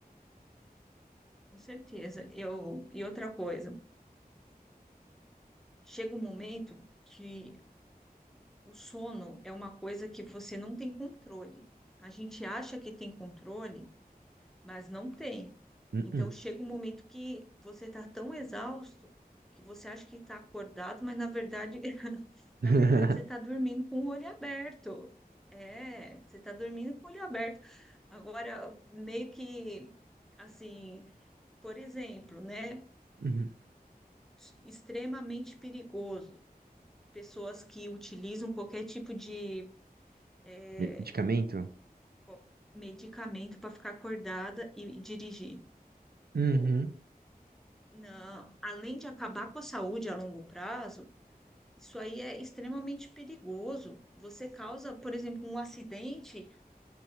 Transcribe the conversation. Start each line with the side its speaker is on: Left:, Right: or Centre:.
Centre: Com certeza. Eu, e outra coisa, chega um momento que o sono é uma coisa que você não tem controle. A gente acha que tem controle, mas não tem.
Right: Uh-uh.
Centre: Então chega um momento que você está tão exausto que você acha que está acordado, mas na verdade, <laughs>
Right: <laughs>
Centre: na verdade você está dormindo com o olho aberto. É, você está dormindo com o olho aberto. Agora, meio que assim, por exemplo, né?
Right: Uhum.
Centre: Extremamente perigoso. Pessoas que utilizam qualquer tipo de é,
Right: Medicamento?
Centre: co- medicamento para ficar acordada e dirigir.
Right: Uhum.
Centre: Pô, não, além de acabar com a saúde a longo prazo, Isso aí é extremamente perigoso. Você causa, por exemplo, um acidente.